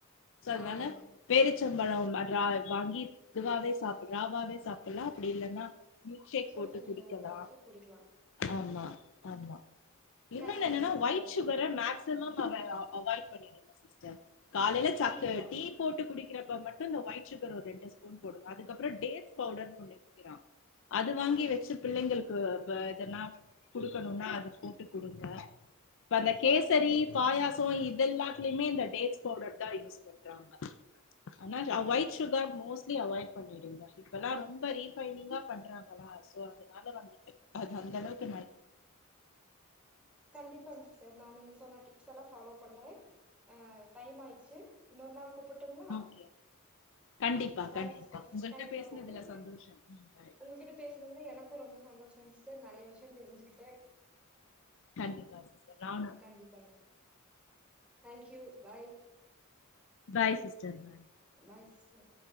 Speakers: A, on the left; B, in the centre.
A: சோ அதனால
B: ஆமாங்க.
A: பேரி ச்சம்பழோ அட்றா வாங்கி இதுவாவே சாப் ராவாவே சாப்பிட்லா அப்படி இல்லன்னா மில்க் ஷேக்
B: சுடு
A: போட்டு
B: தண்ணியில
A: குடிக்கலா
B: ஊற வச்சு குடிக்கலாம்.
A: ஆமா ஆமா இன்னோன்
B: கரெக்ட்டுங்க
A: என்னன்னா
B: சிஸ்டர்.
A: ஒய்ட் ஷுகர மேக்ஸ் மேக்சிமம் அவ அவாய்ட் பண்ணிடுங்க சிஸ்டர் காலைல சப்
B: கண்டிப்பா.
A: டு டீ போட்டு குடிக் கிறப்ப மட்டு இந்த ஒய்ட் ஷுகர் ஒரு ரெண்டு ஸ்பூன் போடுங்க அதுக்கப்பற டேட்ஸ் பவுடர்னு ஒன்னு விக்கிறா அது வாங்கி
B: ஆ
A: வச்சு பிள்ளைங்களுக்கு ப இதென்னா குடுக்கணுன்னா அது போட்டு குடுங்க இப்ப அந்த கேசரி
B: கண்டிப்பா குடுக்குறேங்க.
A: பாயாச இதெல்லாத்துலயுமே இந்த டேட்ஸ் பவுடர் தா யூஸ் பண்றாங்க ஆனா ஒய்ட் சுகர் மோஸ்ட்லி அவாய்ட் பண்ணிடுங்க இப்பல்லா ரொம்ப ரீஃபைனிங்கா பண்றாங்களா சோ அதனால வந்துட்டு அது அந்த அளவுக்கு நல்
B: கண்டிப்பாங் சிஸ்டர் நா நீங்க சொன்ன டிப்ஸ் எல்லா ஃபாலோ பண்றே அஹ் டைம் ஆயிடுச்சு இன்னொரு நாள் கூப்பட்டுங்ளா
A: ஓகே கண்டிப்பா
B: பாய்
A: கண்டிப்பா
B: சிஸ்டர்
A: உங்கள்ட்ட
B: கண்டிப்பா
A: பேசுனதுல
B: கூப்பட்றேங்க
A: சந்தோஷம் ம் பாய்
B: உங்ககிட்ட பேசனதுல எனக்கு ரொம்ப சந்தோஷங் சிஸ் டர் நெறைய விஷ்ய தெரிஞ்சுக்கிட்டே
A: கண்டிப்பா சிஸ்டர் நானு
B: கண்டிப்பாங்க thank you bye
A: bye sister bye
B: bye sis டர்